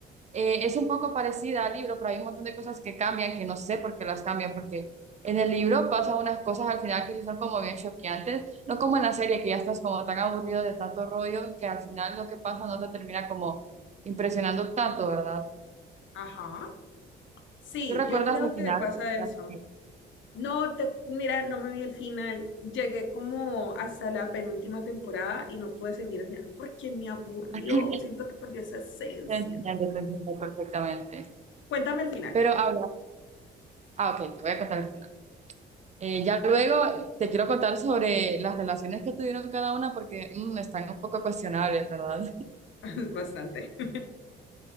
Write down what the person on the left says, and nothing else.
Ajá. Sí,
yo creo
que
pasa eso.
No, te, mira, no me vi el final. Llegué como hasta la penúltima temporada y no pude seguir el final porque me aburrió.
Siento que perdió esa esencia.
Cuéntame el final.
<laughs> Bastante. <laughs>